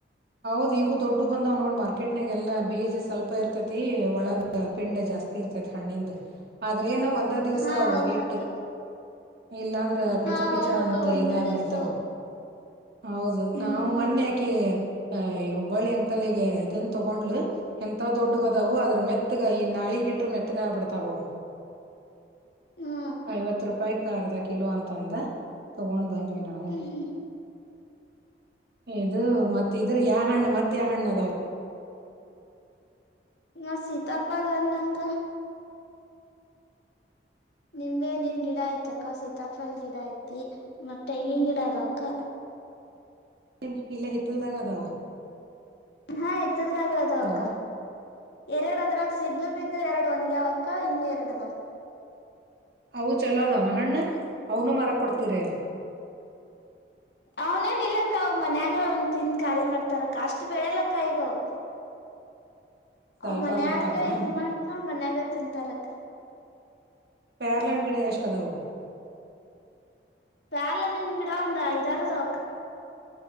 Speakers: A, on the right (about 60°); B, on the left (about 70°).
A: ಹೌದು ಈಗೂ ದೊಡ್ಡವು ಬಂದವ್ ನೋಡ್ ಮಾರ್ಕೆಟ್ನಾಗ ಎಲ್ಲಾ ಬೀಜ ಸ್ವಲ್ಪ ಇರ್ತೈತಿ ಒಳಗ ಪಿಂಡ ಜಾಸ್ತಿ ಇರ್ತೈತಿ ಹಣ್ಣಿಂದ ಆದ್ರ ಏನು. ಅಂದ ದಿವಸ
B: ಹಾ
A: ಅವು
B: ಹೌದಕ್ಕ
A: ಇಟ್ಟು. ಇಲ್ಲಾಂದ್ರ ಪಿಚ
B: ಹಾ
A: ಪಿಚ
B: ಹೌದಕ್ಕ
A: ಅಂತ
B: ಒಂದೇ
A: ಇದ ಆಗ್ಬಿಡ್ತಾವ.
B: ದಿವ್ಸವು
A: ಹೌದು
B: ಹ್ಮ್
A: ನಾವು ಮೊನ್ನೆ ಆಕಿ ಅಹ್ ಈ ಹುಬ್ಬಳ್ಳಿ ಅಂಕಲಿಗೆ ಇದನ್ ತಗೊಂಡ್ಲು ಎಂತ ದೊಡ್ಡ ಹದವು ಅದ್ರ ಮೆತ್ತಗ ಈ ನಾಳಿಗಿಟ್ರ ಮೆತ್ತಗ ಆಗ್ಬಿಡ್ತಾವ ಅವು.
B: ಹಾ
A: ಐವತ್ತು ರೂಪಾಯ. ಅರ್ದ ಕಿಲೋ ಅಂತ ಅಂದ ತಗೊಂಡ. ಬಂದ್ವಿ ನಾವು.
B: ಹ್ಮ್ ಹ್ಮ್
A: ಇದು ಮತ್. ಇದ್ರ ಯಾವ ಹಣ್ಣ ಮತ್ತ ಯಾವ ಹಣ್ಣ ಅದಾವ.
B: ನ ಸೀತಪಲ ಹಣ್ಣಕ್ಕ. ನಿಂಬೆನೀನ್ ಗಿಡ ಆಯ್ತಕ್ಕ ಸೀತಾಫಲ್ ಗಿಡ ಐತಿ ಮತ್ತೆಂಗಿನ್ ಗಿಡ ಅದಾಕ್ಕ.
A: ಏನ್ ಇಲ್ಲೆ ಹಿತ್ತಲ್ದಾಗ ಅದಾವ.
B: ಹಾ ಇತ್ತಲದಾಗ ಅದವಕ್ಕಾ.
A: ಹಲೋ
B: ಎರಡು ಅದರಾಗ ಸಿದ್ಲು ಬಿದ್ದು ಎರಡು ಒನಗ್ಯಾವಾ. ಕ್ಕಾ ಇನ್ನು ಎರಡು ಅದಾವ.
A: ಅವು ಚೊಲೋ ಅದಾವನ ಹಣ್ಣು ಅವನು ಮಾರಕ್ ಕೊಡ್ತೀರಿ.
B: ಅವನೇನ್ ಇಲ್ಲಕ್ಕ ಅವ ಮನ್ಯಾಗ ಅವನ್ ತಿನ್ ಖಾಲಿ ಮಾಡ್ತಾರಕ್ಕ ಅಷ್ಟು ಬೆಳೆಲಕ್ಕ ಈಗ ಅವು.
A: ಸ್ವಲ್ಪ
B: ಅವು ಮನ್ಯಾಗ
A: ಬಿಡ್ತಾವನ
B: ಇದು ಮಾಡ್ಕೊಂಡ್ ಮನ್ಯಾಗತ್ತ. ತಿಂತಾರಕ್.
A: ಪ್ಯಾರ್ಲಾಣ್ಣ ಗಿಡ ಎಷ್ಟದವು.
B: ಪ್ಯಾರಲಣ್ಣಿನ ಗಿಡ ಒಂದು ಐದಾರದವಕ.